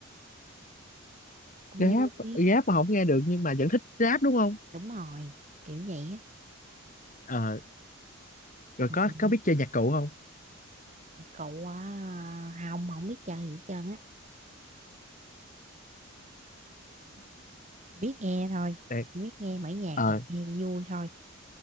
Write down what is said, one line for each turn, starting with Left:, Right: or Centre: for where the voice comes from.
Right: cũng
Left: rap
Right: vui.
Left: rap mà không nghe được nhưng mà vẫn thích rap đúng không
Right: Đúng rồi, kiểu vậy á.
Left: ờ rồi
Right: Ừ,
Left: có có biết chơi nhạc cụ không
Right: Cậu à, Hồng không biết chơi gì hết trơn á. Chỉ Biết nghe thôi,
Left: Để,
Right: chỉ biết nghe mở nhạc
Left: ờ
Right: rồi nghe cho vui thôi.